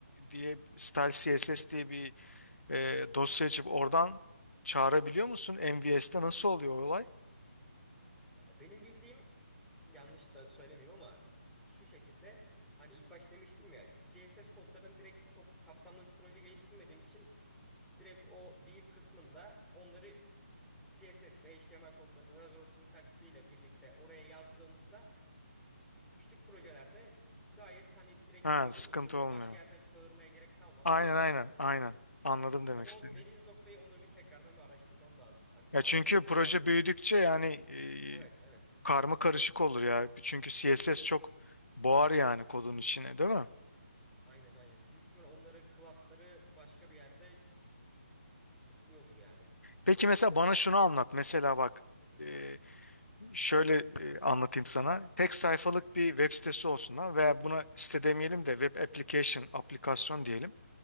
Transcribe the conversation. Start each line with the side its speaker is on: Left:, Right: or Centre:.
Left: diye style CSS diye bir e, dosya açıp oradan çağırabiliyor musun? MVS'te nasıl oluyor o olay?
Centre: e, Benim bildiğim yanlış da söylemeyeyim ama şu şekilde hani ilk baş demiştim ya CSS kodlarını direkt çok kapsamlı bir proje geliştirmediğim için direkt o Vue kısmında onları CSS ve HTML kodlarını Razor sintaksiyle birlikte oraya yazdığımızda küçük projelerde gayet hani direkt
Left: Ha,
Centre: kodun
Left: sıkıntı
Centre: içinde
Left: olmuyor.
Centre: başka yerden çağırmaya gerek kalmadan
Left: Aynen
Centre: olabiliyor.
Left: aynen aynen. Anladım demek
Centre: Ama
Left: istediğini.
Centre: o dediğiniz noktayı onu bir tekrardan bir araştırmam lazım. Hani
Left: Ya
Centre: daha
Left: çünkü
Centre: büyük projelerde.
Left: proje büyüdükçe yani
Centre: Evet,
Left: e,
Centre: evet.
Left: karma karışık olur ya. Çünkü CSS
Centre: Eminim.
Left: çok boğar yani
Centre: <laughs>
Left: kodun içine, değil mi?
Centre: Aynen aynen. Büyük ihtimal onları klasları başka bir yerde tutuluyordur yani.
Left: Peki mesela bana şunu anlat. Mesela bak
Centre: Hı hı.
Left: e, şöyle e, anlatayım sana. Tek sayfalık bir web sitesi olsun ha veya buna site
Centre: Hı hı.
Left: demeyelim de web application, aplikasyon diyelim.